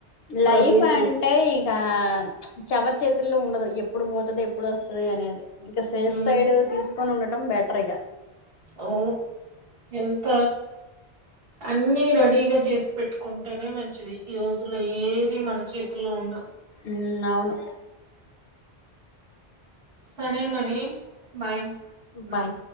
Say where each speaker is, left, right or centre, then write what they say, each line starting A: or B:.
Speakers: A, on the right (about 60°); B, on the left (about 70°).
A: ప్రైవేట్వే
B: లైఫ్ అంటే ఇక ఎవరి చేతుల్లో ఉండదు ఎప్పుడు పోతది ఎప్పుడు వస్తాది అనేది ఇంకా సేఫ్
A: ఉమ్
B: సైడ్ తీసుకొని ఉండటం బెటర్ ఇగ
A: అవును ఎంత అన్ని రెడీగా చేసి పెట్టుకుంటేనే మంచిది ఈ రోజుల్లో ఏది మన చేతుల్లో ఉండవ్
B: ఉ అవును
A: సరే మరి బాయ్ ఉమ్
B: బాయ్